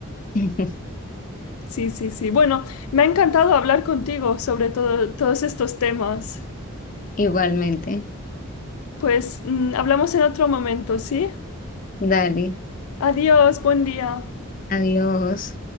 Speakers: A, on the left; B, on the left.
A: <laughs>
B: Sí, sí, sí. Bueno, me ha encantado hablar contigo sobre todo, todos estos temas.
A: Igualmente.
B: Pues mm, hablamos en otro momento, ¿sí?
A: Dale,
B: Adiós, buen día.
A: adiós.